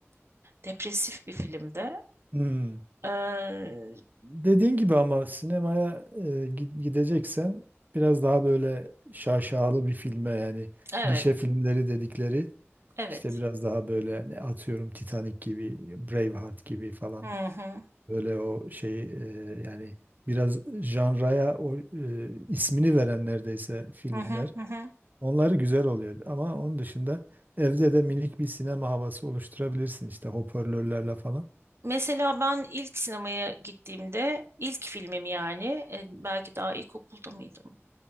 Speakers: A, on the right; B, on the right.
A: Depresif bir filmdi.
B: Hmm.
A: Ee,
B: Dediğin gibi ama sinemaya e, gi- gideceksen biraz daha böyle şaşalı bir filme yani
A: evet,
B: gişe filmleri dedikleri.
A: evet.
B: İşte biraz daha böyle ne atıyorum Titanic gibi, Braveheart gibi falan.
A: Hı hı.
B: Böyle o şey e, yani biraz janraya o e, ismini veren neredeyse filmler.
A: Hı hı hı. hı.
B: Onları güzel oluyor ama onun dışında evde de minik bir sinema havası oluşturabilirsin işte hoparlörlerle falan.
A: Mesela ben ilk sinemaya gittiğimde ilk filmim yani e, belki daha ilkokulda mıydım?